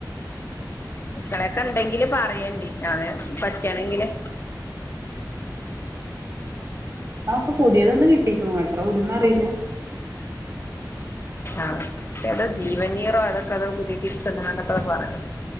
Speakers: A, on the left; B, on the right.
A: മക്കളേക്കെണ്ടെങ്കില് പറയെണ്ടി ഞാന് പറ്റാണെങ്കില്
B: ആ അപ്പൊ പുതിയതൊന്ന് കിട്ടി എത്ര ഓടുന്നറിയില്ലാ
A: ആ ഏതോ ജീവനീയറോ ഏതൊക്കെ അതോ പുതിയ തിരിച്ചന്ന് കണ്ടൊക്കെ പറയണ്